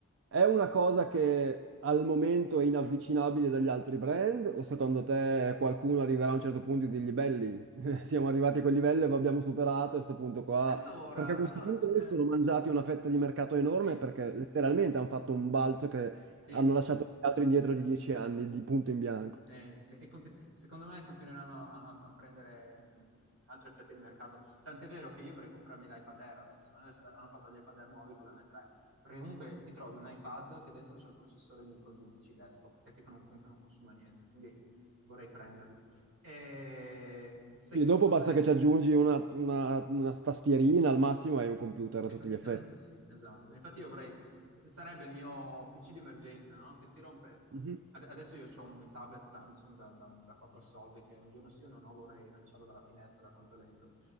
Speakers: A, on the right (about 55°); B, on the right (about 90°).
A: È una cosa che al momento è inavvicinabile dagli altri brand o secondo te qualcuno arriverà a un certo punto e dirgli belli, <laughs> siamo arrivati a quel livello e lo abbiamo superato a questo punto qua?
B: Allora,
A: Perché a questo
B: allora,
A: punto noi
B: eh,
A: si sono mangiati una fetta di mercato enorme
B: sì,
A: perché letteralmente hanno fatto un balzo che
B: sì,
A: hanno
B: sì,
A: lasciato
B: sì,
A: gli altri
B: sì.
A: indietro di dieci anni di punto in bianco.
B: Eh, sì, e conti- secondo me continueranno a, a prendere mh, altre fette di mercato. Tant'è vero che io vorrei comprarmi l'iPad Air adesso. Adesso hanno fatto gli iPad Air nuovi con l'M3. Perché comunque ti trovi un iPad che dentro c'è il processore di un, pro- di un PC desktop e che non, che non consuma niente. Quindi vorrei prenderlo. E secondo
A: Sì, dopo basta che
B: me.
A: ci aggiungi una, una- una tastierina al massimo e hai un computer
B: Eh,
A: a tutti
B: Praticamente
A: gli effetti.
B: sì, esatto. Infatti io avrei, sarebbe il mio PC di emergenza, no? Che si rompe.
A: Mhm.
B: Ad- Adesso io ho un tablet Samsung da, da, da 4 soldi che un giorno sì o no vorrei lanciarlo dalla finestra da quanto è lento.